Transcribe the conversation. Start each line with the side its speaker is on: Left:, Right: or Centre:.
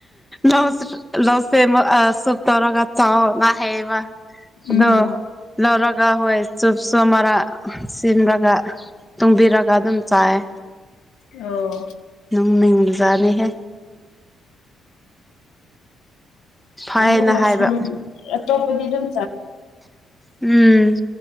Centre: ꯂꯧꯁꯦ ꯂꯧꯁꯦ ꯑꯃ ꯁꯨꯞ ꯇꯧꯔꯒ ꯆꯥꯎꯑꯣꯅ ꯍꯥꯏꯌꯦꯕ꯫
Left: ꯎꯝ
Centre: ꯑꯗꫭ ꯂꯧꯔꯒꯥ ꯍꯣꯏ ꯆꯣꯞꯁꯣ ꯃꯔꯥ ꯁꯤꯝꯕꯒ꯫ ꯇꯣꯡꯕꯤꯔꯒ ꯑꯗꯨꯝ ꯆꯥꯏꯌꯦ꯫
Left: ꯑꯣ
Centre: ꯅꯪ ꯅ ꯎꯖꯥꯅꯦ ꯍꯦ ꯐꯩꯌꯦꯅ
Left: ꯎꯝ ꯑ ꯃꯣꯁꯝ
Centre: ꯍꯥꯏꯕ
Left: ꯑꯦꯇꯣꯄꯗꯤꯗꯝ
Centre: ꯎꯝ